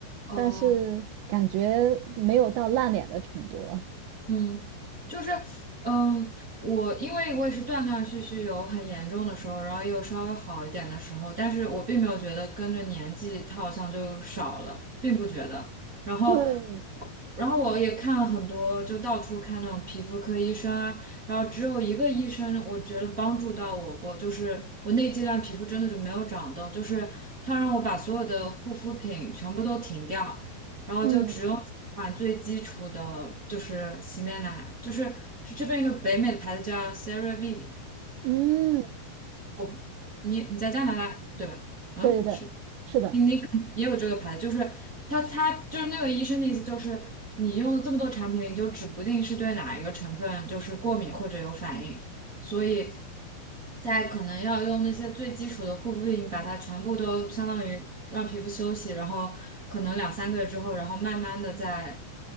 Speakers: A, on the right; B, on the right.
A: 哦、
B: 但是感觉没有到烂脸的程度了。
A: 嗯，就是，嗯，我因为我也是断断续续有很严重的时候，然后又稍微好一点的时候，但是我并没有觉得跟着年纪它好像就少了，并不觉得。然后，
B: 对，
A: 然后我也看了很多，就到处看那种皮肤科医生啊，然后只有一个医生我觉得帮助到我过，就是我那阶段皮肤真的就没有长痘，就是他让我把所有的护肤品全部都停掉。
B: <laughs>
A: 然后就只用几款最基础的，
B: 嗯
A: 就是洗面奶，就是是这边一个北美的牌子叫 s e r a v e
B: 嗯，
A: 我你你在加拿大对吧？嗯，
B: 对对对，
A: 是
B: 是的，
A: 你你也有这个牌子，就是他他就是那个医生的意思就是，你用了这么多产品，你就指不定是对哪一个成分就是过敏或者有反应，所以在可能要用那些最基础的护肤品，把它全部都相当于让皮肤休息，然后可能两三个月之后，然后慢慢的再，